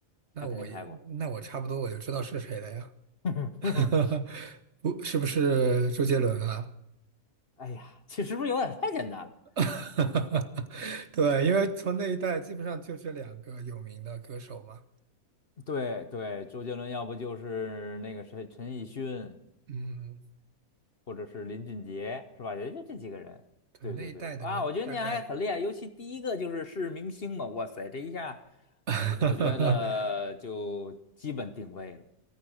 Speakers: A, on the right (about 50°); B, on the left (about 45°).
A: 那我也那我差不多我就知道是谁了呀。
B: 他肯定开过。<laughs>
A: <laughs> 不，是不是周杰伦啊？
B: 哎呀，其实是不是有点太简单了？
A: <laughs> 对，因为从那一代基本上就这两个有名的歌手嘛。
B: 对对，周杰伦要不就是那个谁陈奕迅，
A: 嗯，
B: 或者是林俊杰，是吧？也就这几个人。
A: 对，
B: 对对对，
A: 那一代的人大概。
B: 啊，我觉得你还很厉害，尤其第一个就是是明星嘛，哇塞，这一下
A: <laughs>
B: 我觉得就基本定位了。